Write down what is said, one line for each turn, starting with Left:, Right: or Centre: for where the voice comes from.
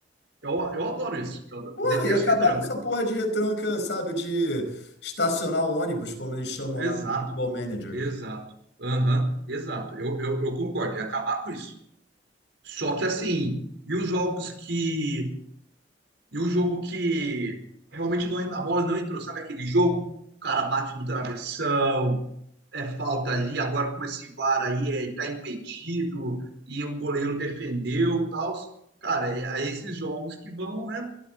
Right: eu, eu adoro isso. Eu
Left: Porra,
Right: detesto
Left: e acabar
Right: retranca.
Left: com essa porra de retranca, sabe? De estacionar o ônibus, como eles chamam
Right: Exato,
Left: lá no Football Manager.
Right: exato. Aham, exato. Eu, eu, eu concordo, ia acabar com isso. Só que assim, e os jogos que. E o jogo que realmente não, a bola não entrou, sabe aquele jogo? O cara bate no travessão, é falta ali, agora com esse VAR aí, é, tá impedido, e o goleiro defendeu e tal. Cara, é, é esses jogos que vão, né?